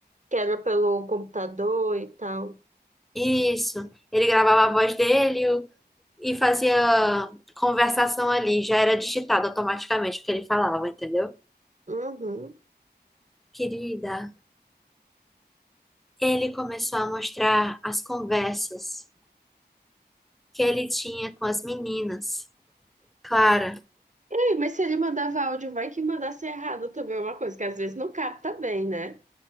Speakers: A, on the right; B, in the centre.
A: Que era pelo computador e tal.
B: Isso. Ele gravava a voz dele o- e fazia conversação ali. Já era digitado automaticamente o que ele falava, entendeu?
A: Uhum.
B: Querida, ele começou a mostrar as conversas que ele tinha com as meninas. Clara.
A: Ei, mas se ele mandava áudio, vai que mandasse errado também, é uma coisa que às vezes não capta bem, né?